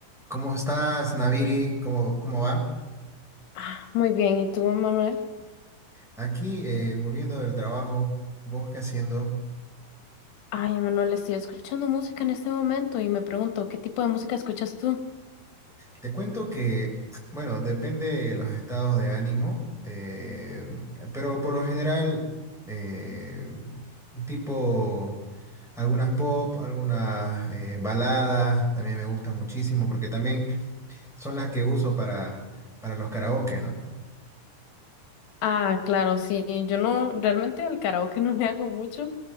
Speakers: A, in the centre; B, on the left.
A: ¿Cómo estás, Naviri? ¿Cómo, cómo va?
B: Ah, muy bien, ¿y tú, Emanuel?
A: Aquí, eh, volviendo del trabajo, ¿vos qué haciendo?
B: Ay, Emanuel, estoy escuchando música en este momento y me pregunto, ¿qué tipo de música escuchas tú?
A: Te cuento que, bueno, depende de los estados de ánimo, eh, pero por lo general, eh, tipo algunas pop, algunas eh, baladas, también me gustan muchísimo porque también son las que uso para, para los karaoke, ¿no?
B: Ah, claro, sí, yo no, realmente al karaoke <laughs> no le hago mucho,